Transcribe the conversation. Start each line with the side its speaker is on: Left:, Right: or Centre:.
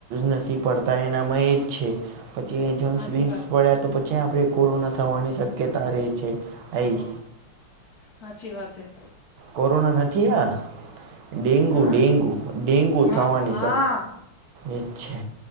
Right: નથી પડતા એનામાં એ જ છે. પછી જમ્સ
Left: સાચી
Right: વિમસ
Left: વાત છે
Right: પડ્યા તો પછી આપણે કોરોના થવાની શક્યતા રહે છે એહી
Left: હાચી વાત હે.
Right: કોરોના નથી આ ડેન્ગુ
Left: હા
Right: ડેન્ગુ ડેન્ગુ
Left: હા
Right: થવાની
Left: હા
Right: સ એ છે.